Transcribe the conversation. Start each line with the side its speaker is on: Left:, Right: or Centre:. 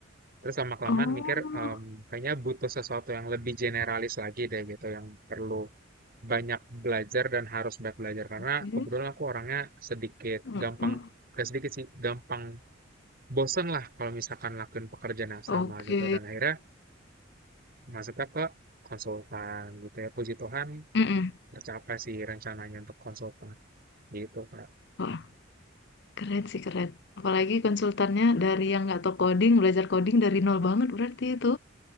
Right: Terus lama kelamaan
Left: Oh,
Right: mikir em, kayaknya butuh sesuatu yang lebih generalis lagi deh gitu, yang perlu banyak belajar dan harus banyak belajar karena
Left: oke.
Right: kebetulan aku orangnya sedikit
Left: Mm-mm.
Right: gampang, gak sedikit sih, gampang bosen lah kalau misalkan lakuin pekerjaan yang
Left: Oke.
Right: sama gitu dan akhirnya masuknya ke konsultan gitu ya puji Tuhan
Left: Mm-mm.
Right: tercapai sih rencananya untuk konsultan gitu Kak
Left: Wah, keren sih keren. Apalagi konsultannya dari yang nggak tahu coding, belajar coding dari nol banget berarti itu.